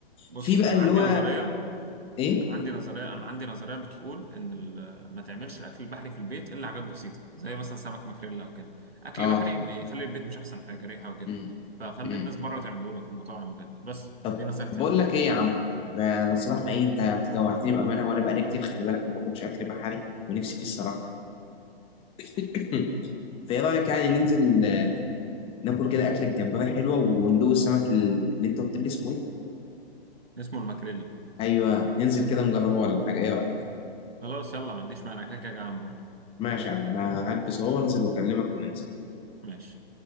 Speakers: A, on the right; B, on the left.
A: بص
B: في بقى
A: انا
B: اللي
A: عندي
B: هو
A: نظريه
B: ايه
A: انا عندي نظريه انا عندي نظريه بتقول ان ال- ما تعملش الاكل البحري في البيت الا حاجات بسيطه زي مثلا سمك ماكريلا او كده اكل
B: اه
A: بحري بيخلي البيت مش احسن حاجه ريحه وكده
B: امم
A: فخلي
B: امم
A: الناس بره تعمله لك المطاعم وكده بس
B: طب
A: دي نصيحتي
B: طب بقول
A: عامه
B: لك ايه يا عم ده انا الصراحه ايه انت انت جوعتني بامانه وانا بقالي كتير خلي بالك ما باكلش اكل بحري ونفسي فيه الصراحه <laughs> فايه رايك يعني ننزل آه، ناكل كده اكله جمبري حلوه وندوق السمك ال- اللي انت قلت لي اسمه ايه
A: اسمه الماكريلا
B: ايوه ننزل كده نجربه ولا حاجه ايه رايك
A: خلاص يلا ما عنديش مانع كده كده جعان بره
B: ماشي يا عم انا هلبس اهو وانزل واكلمك وننزل
A: ماشي